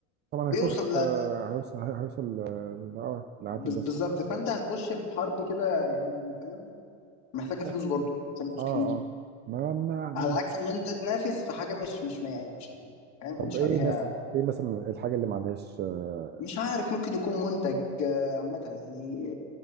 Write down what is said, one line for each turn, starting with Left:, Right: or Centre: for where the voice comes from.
Right: طبعا
Left: بيوصل
Right: هيستهدف آه، هيوصل هيوصل آه، ل- اه لعدد
Left: بز-
Right: الناس
Left: بالظبط فانت هتخش في حرب كده يعني فاهم محتاجه فلوس
Right: بس
Left: برضه محتاجه فلوس
Right: اه
Left: كتير
Right: اه ما ما ما
Left: على عكس ما انت تنافس في حاجه مش مش ما يعني مش يعني، فاهم
Right: طب
Left: مش
Right: ايه
Left: عليها
Right: مثلا ايه مثلا الحاجه اللي ما عندهاش آه،
Left: مش عارف ممكن يكون منتج آه، عامه يعني